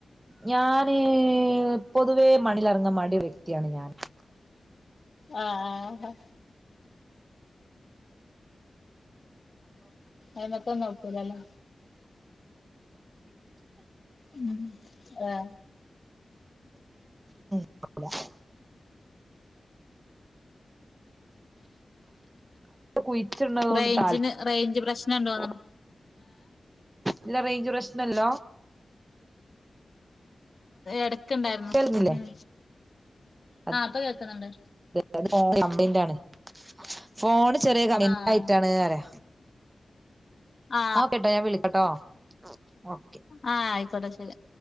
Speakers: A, on the right (about 25°); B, on the left (about 50°).
A: ഞാൻ പൊതുവേ മണിലിറങ്ങ <unintelligible> വ്യക്തിയാണ് ഞാൻ
B: ആഹ് ആഹ് <unintelligible> നോക്കൂലല്ലോ ഉം ആ
A: <inaudible> കുയ്ച്ച്ണോണ്ട്
B: റേഞ്ചിന് റേഞ്ച് പ്രശ്നം ഉണ്ടോന്നണ്
A: <unintelligible> ഇല്ല റേഞ്ച് പ്രശ്നല്ല
B: എടക്ക്ണ്ടായിര്ന്നു
A: കേൾക്കുന്നില്ലേ
B: ഉം
A: അത്
B: ആ പ്പൊ കേക്ക്ന്ന്ണ്ട്
A: <unintelligible> ഫോൺ ചെറിയ <unintelligible>
B: ആഹ്
A: ആയിട്ടാണ്
B: ആ
A: ഓക്കെട്ടോ ഞാൻ വിളിക്കട്ടോ ഓക്കെ
B: ആ ആ അയ്ക്കോട്ടെ ശെരി